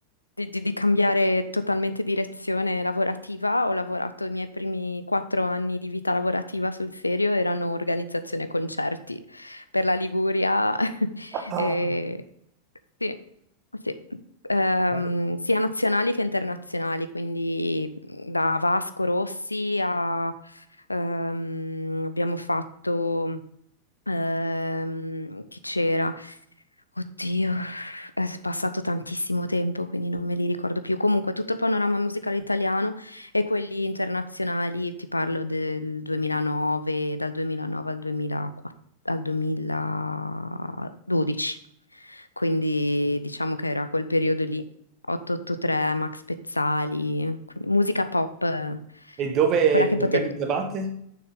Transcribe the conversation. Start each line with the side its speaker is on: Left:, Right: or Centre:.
Left: di, di- di cambiare totalmente direzione lavorativa. Ho lavorato i miei primi quattro anni di vita lavorativa sul serio, erano organizzazione concerti per la Liguria, <laughs>
Right: Ah,
Left: e, sì, sì. Ehm,
Right: bello.
Left: sia nazionali che internazionali, quindi mhmm, da Vasco Rossi a, ehm, abbiamo fatto. Ehm, che c'era? Oddio, è passato tantissimo tempo, quindi non me li ricordo più. Comunque, tutto il panorama musicale italiano e quelli internazionali, ti parlo del 2009, dal 2009 al 2004 al 2012. Quindi diciamo che era quel periodo lì, 883, Max Pezzali, quindi musica pop, eh,
Right: e dove
Left: quella
Right: li
Left: che potevo
Right: organizzavate?